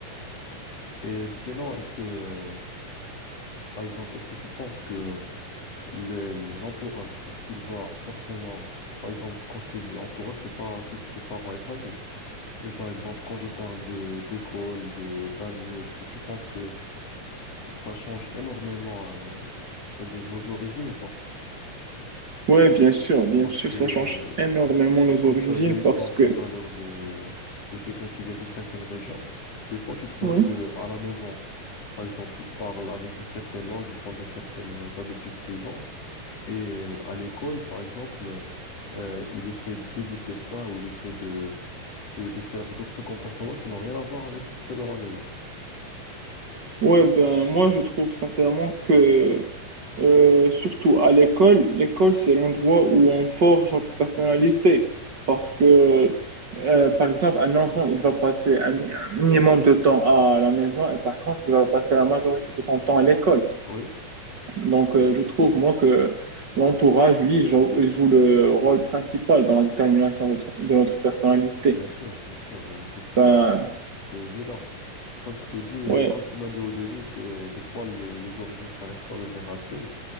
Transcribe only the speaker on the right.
Ouais, bien sûr, bien
sûr,
ça change énormément nos
origines
parce que,
ouais,
ouais, ben, moi, je trouve sincèrement que, euh, surtout à l'école, l'école, c'est l'endroit où on forge notre personnalité. Parce que, euh, par exemple, un enfant, il va passer un, mi- un minimum de temps à la maison et par contre, il va passer la majorité de son temps à l'école.
Donc, euh, je trouve, moi, que l'entourage, lui, il joue, il joue le rôle principal dans la détermination de notre de notre personnalité.
Ben,
Ouais,